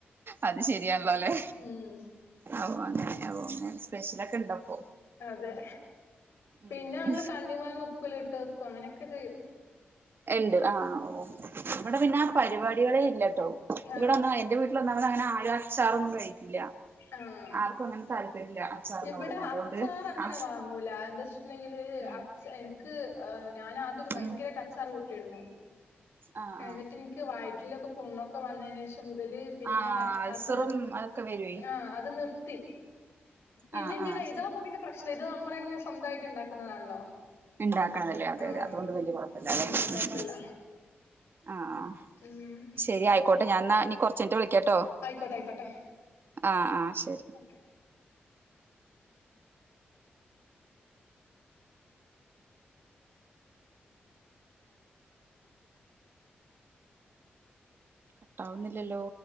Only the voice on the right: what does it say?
അത് ശരിയാല്ലോല്ലേ
ആവോ അങ്ങനെ ഓ അങ്ങനെ സ്പെഷ്യലൊക്കെണ്ടപ്പോ
ഉം
ഇണ്ട് ആഹ് ആഹ് ഓഹ് ഇവിടെ പിന്നാ പരിപാടികളേ ഇല്ലട്ടോ ഇവിടവന്നാ
എന്റെ വീട്ട് ട്ടിൽ ഒന്നാമത് അങ്ങനെ ആരും അച്ചാറൊന്നും കഴിക്കില്ല
ആർക്കും അങ്ങനെ താല്പര്യം ഇല്ല അച്ചാറിനോടൊന്നും
അതുകൊണ്ട്
ആഹ്
ഉം
ഉം
ആഹ്
ആഹ്
ആഹ് അൾസറും
അതൊക്കെ വരും.
ആഹ്
ആഹ്
ഉണ്ടാക്കണതല്ലേ അതെ
അതെ അതുകൊണ്ട്
വലിയ കൊഴപ്പംഇല്ലാല്ലേ
ആഹ്
ശരി ആയിക്കോട്ടെ ഞാൻ എന്നാ ഇനി കൊറച്ച് കഴിഞ്ഞിട്ട് വിളിക്കാട്ടോ
ആഹ് ആഹ് ശരി.
കട്ടാവുന്നില്ലല്ലോ?